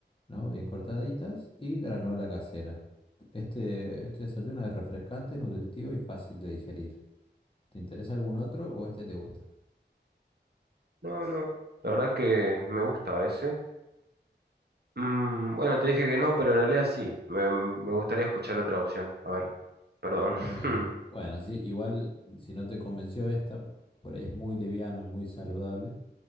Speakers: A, on the left; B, on the right.
A: ¿no? Bien cortaditas y granola casera. Este, este desayuno es refrescante, nutritivo y fácil de digerir. ¿Te interesa algún otro o este te gusta?
B: No, no. La verdad que me gusta ese. Mm, bueno, te dije que no, pero en realidad sí. Me, me gustaría escuchar otra opción. A ver, perdón.
A: Eh,
B: <laughs>
A: bueno, sí, igual si no te convenció esta, por por ahí es muy liviano es muy saludable.